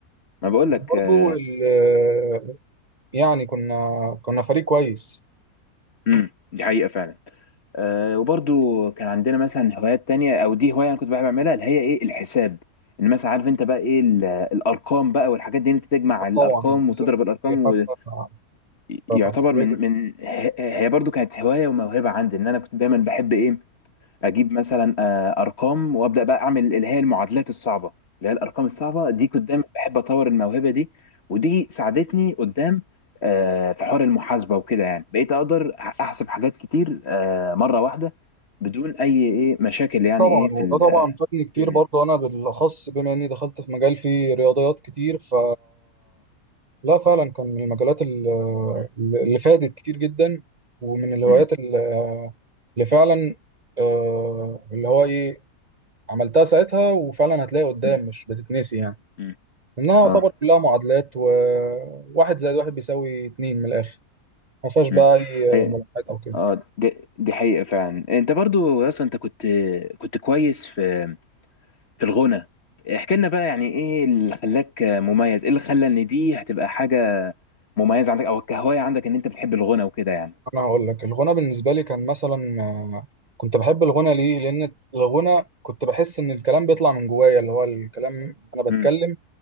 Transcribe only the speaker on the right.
برضه
ال- يعني كنا كنا فريق كويس
آه،
طبعا حساب
فيه حتى مع-
الخليج.
طبعا
وده
طبعا فادني كتير
برضه انا بالاخص بما اني دخلت في مجال فيه رياضيات كتير ف لا فعلا كان من المجالات ال-
اللي فادت كتير جدا ومن الهوايات
اللي فعلا آه، اللي هو ايه عملتها ساعتها وفعلا هتلاقي قدام
مش بتتنسي يعني
انها يعتبر
كلها معادلات وواحد زائد واحد بيساوي اتنين من الاخر ما فيهاش بقى
اي
ملاحظات او كده
انا هقول لك الغنى بالنسبه لي كان مثلا آه، كنت بحب الغنى ليه لان الغنى كنت بحس ان الكلام بيطلع من جوايا اللي هو الكلام انا بتكلم